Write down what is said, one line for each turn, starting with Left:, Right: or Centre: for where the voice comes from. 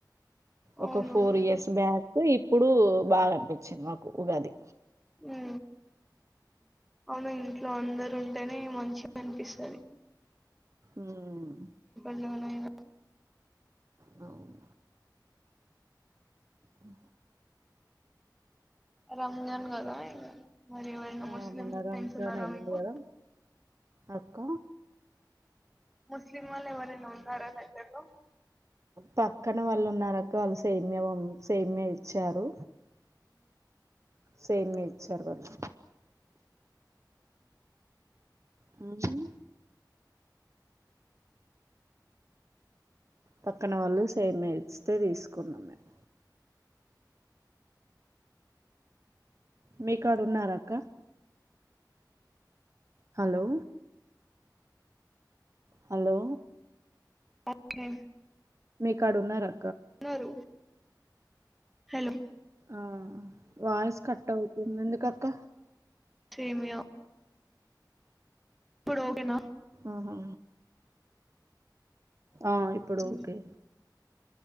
Centre: అవునవును
Right: ఒక ఫోర్ ఇయర్స్ బ్యాక్ ఇప్పుడు బాగా అనిపించింది మాకు ఉగాది
Centre: ఉ అవును ఇట్లో వంద ఉంటేనే మంచిగా కనిపిస్తుంది
Right: ఊమ్
Centre: మా నాయన
Right: అవును అ
Centre: రంజాన్ గద మరి ఎవరైనా
Right: ఆ
Centre: ముస్లిమ్
Right: మొన్న రంజాన్
Centre: ఫ్రెండ్స్ ఉన్నారా
Right: అయ్యింది
Centre: మీకు
Right: కదా అక్క
Centre: ముస్లిం వాళ్ళ ఎవరైనా ఉన్నార దగ్గరలో
Right: పక్కన వాళ్ళు ఉన్నారక్క వాళ్ళు సేమ్య సేమ్య ఇచ్చారు. సేమ్య ఇచ్చారు వాళ్ళు. అనా పక్కన వాళ్ళు సేమ్యా ఇస్తే తీసుకున్నాం మేము మీకాడ ఉన్నార అక్క హలో హలో
Centre: ఓకే
Right: మీ కాడున్నారా
Centre: అన్నారు హలో
Right: ఆ వాయిస్ కట్ అవుతుంది ఎందుక్క
Centre: సేమయ పడోగనా
Right: ఆహా ఆ ఇప్పుడు
Centre: ఉమ్.
Right: ఓకే